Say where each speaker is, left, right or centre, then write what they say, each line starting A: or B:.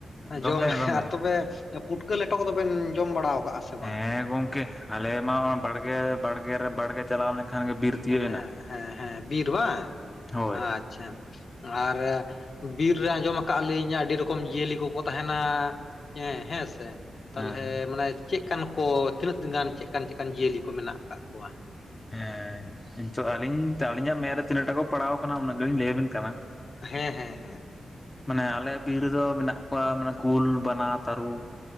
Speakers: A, on the left (about 15°); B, on the left (about 45°).
A: ᱫᱚᱢᱮ
B: ᱡᱚᱢ ᱦᱮ
A: ᱫᱚᱢᱮ
B: ᱟᱨ ᱛᱚᱵᱮ ᱯᱩᱴᱼᱼ ᱠᱟᱹ ᱞᱮᱴᱚ ᱠᱚᱫᱚᱵᱮᱱ ᱡᱚᱢ ᱵᱟᱲᱟᱣ ᱠᱟᱫᱟ ᱥᱮ?
A: ᱦᱮᱸ
B: ᱵᱟᱝ?
A: ᱜᱚᱝᱠᱮ ᱟᱞᱮ ᱢᱟ ᱵᱟᱲᱜᱮ ᱵᱟᱲᱜᱮ ᱨᱮ ᱵᱟᱲᱜᱮ ᱪᱟᱞᱟᱣ ᱞᱮᱱᱠᱷᱟᱱ ᱜᱮ᱾ ᱵᱤᱨ ᱛᱤᱭᱳᱜ
B: ᱦᱮᱸ
A: ᱮᱱᱟ
B: ᱦᱮᱸ ᱦᱮᱸ ᱵᱤᱨ ᱵᱟᱝ,
A: ᱦᱳᱭ
B: ᱟᱪᱪᱷᱟ᱾ ᱟᱨ ᱵᱤᱨ ᱨᱮ ᱟᱸᱡᱚᱢ ᱠᱟᱜᱼᱟᱞᱤᱧ ᱟᱹᱰᱤ ᱨᱚᱠᱚᱢ ᱡᱤᱭᱟᱹᱞᱤ ᱠᱚᱠᱚ ᱛᱟᱦᱮᱱᱟ᱾ ᱦᱮᱸ ᱦᱮᱸ ᱥᱮ ᱛᱟᱦᱚᱞᱮ
A: ᱦᱮᱸ
B: ᱢᱟᱱᱮ ᱪᱮᱫᱠᱟᱱ ᱠᱚ, ᱛᱤᱱᱟᱹᱜ ᱫᱤᱱ ᱜᱟᱱ ᱪᱮᱫᱠᱟᱱ ᱪᱮᱫᱠᱟᱱ ᱡᱤᱭᱟᱹᱞᱤ ᱠᱚ ᱢᱮᱱᱟᱜ ᱠᱟᱫ ᱠᱚᱣᱟ?
A: ᱦᱮᱸ ᱱᱤᱛᱚᱜ ᱟᱹᱞᱤᱧ ᱟᱹᱞᱤᱧᱟᱜ ᱢᱮᱫᱨᱮ ᱛᱤᱱᱟᱹᱜ ᱴᱟ ᱠᱚ ᱯᱟᱲᱟᱣ ᱠᱟᱱᱟ ᱩᱱᱟᱹᱜ ᱜᱟᱹᱞᱤᱧ ᱞᱟᱹᱭ ᱟᱵᱮᱱ ᱠᱟᱱᱟ᱾
B: ᱦᱮᱸ ᱦᱮᱸ ᱦᱮᱸ
A: ᱢᱟᱱᱮ ᱟᱞᱮ ᱵᱤᱨ ᱨᱮᱫᱚ ᱢᱮᱱᱟᱜ ᱠᱚᱣᱟ ᱢᱟᱱᱮ ᱠᱩᱞ ᱵᱟᱱᱟ ᱛᱟᱹᱨᱩᱵ